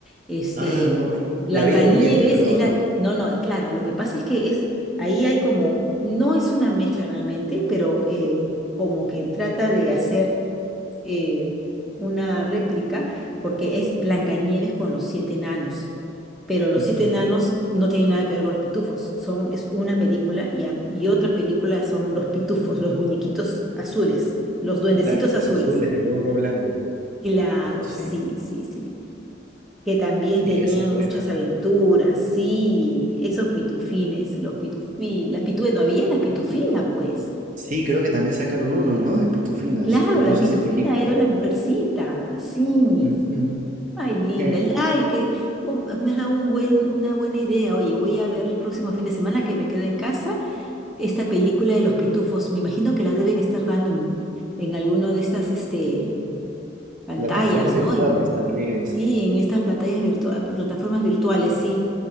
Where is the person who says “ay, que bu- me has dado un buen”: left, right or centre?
Centre